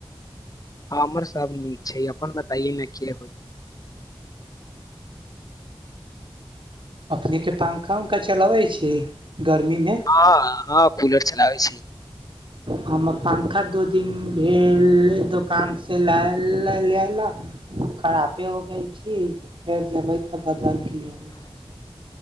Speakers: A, on the left (about 40°); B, on the right (about 60°).
A: हमर सभ नीक छैय, अपन बताइए ने के हा
B: अपने के पंखा उंखा चलाबै छी? गर्मी मे
A: हँ हँ कूलर चलाबय छैय।
B: हमर पंखा दू दिन भेल दोकान से ल लए लक खरापे हो गेल छी फेर जेबै तऽ बदल क लबै दोसर।